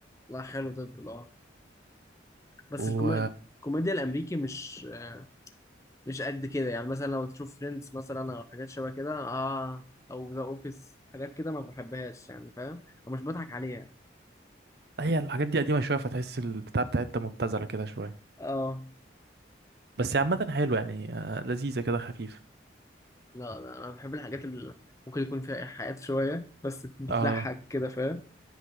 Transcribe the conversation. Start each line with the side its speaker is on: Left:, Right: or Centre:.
Left: لا حلو ده اه بس
Right: و
Left: الكومي- الكوميديا الامريكي مش آه، مش قد كده يعني مثلا لو تشوف فريندز مثلا او حاجات شبه كده اه او ذا اوفيس حاجات كده ما بحبهاش يعني فاهم ومش بضحك عليها
Right: هي الحاجات دي قديمه شويه فتحس البتاع بتاعتها مبتذله كده شويه
Left: اه
Right: بس هي عامه حلو يعني آه لذيذه كده خفيفه
Left: لا لا انا بحب الحاجات اللي ممكن يكون فيها ايحاءات شويه بس بتضحك
Right: اه
Left: كده فاهم